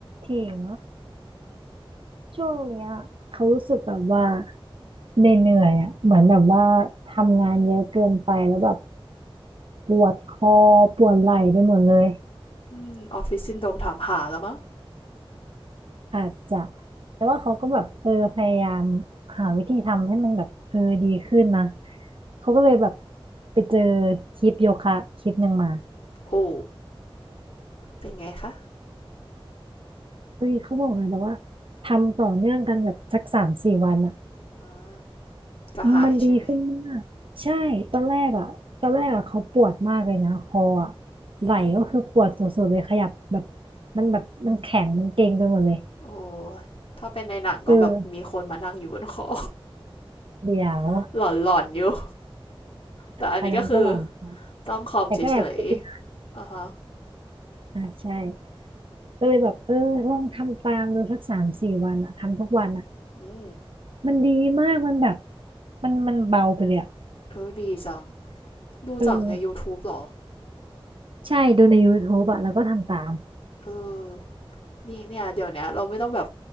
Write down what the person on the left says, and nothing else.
อืมออฟฟิศซินโดรมถามหาแล้วมั้ง
โอ้เป็นไงคะ
อืมจะหายใช่ไหม
โอ้ถ้าเป็นในหนังก็แบบมีคนมานั่งอยู่บนคอ
<laughs> หลอนๆอยู่แต่อันนี้ก็คือ
จ้องคอมเฉยๆอ่ะฮะ
อืม
เออดีจังดูจากใน
YouTube หรอ
เออนี่เนี่ยเดี๋ยวเนี้ยเราไม่ต้องแบบ